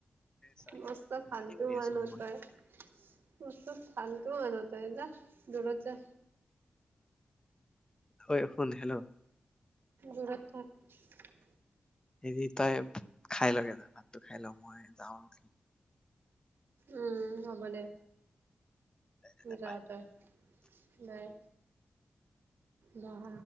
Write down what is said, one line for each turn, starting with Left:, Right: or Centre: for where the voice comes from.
Left: চৰি
Right: মস্ত
Left: ধেমালি
Right: ফালটো
Left: কৰি
Right: মানুহ
Left: আছো মই
Right: তই। মস্ত ফালটো মানুহ তই যা, দূৰত যা।
Left: হয়, শুন হেল্ল'।
Right: দূৰত থাক
Left: হেৰি তই ভাত খাই লগে যা ভাতটো খাই ল মই যাওঁ নেকি?
Right: উম হ'ব দে
Left: খেলিবলৈ।
Right: যা তই বাই বাহ